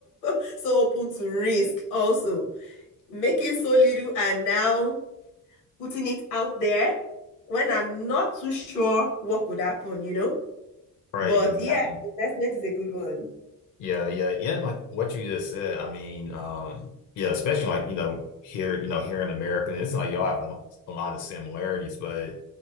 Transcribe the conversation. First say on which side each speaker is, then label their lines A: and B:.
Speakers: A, on the left; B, on the left.
A: <laughs> so open to risk also making so little and now putting it out there when i'm not too sure what could happen you know
B: right,
A: but
B: exactly.
A: yeah investment is a good one
B: Yeah, yeah, yeah. Like what you just said, I mean, um, yeah, especially like, you know, here, you know, here in America, it's like y'all have a, a lot of similarities, but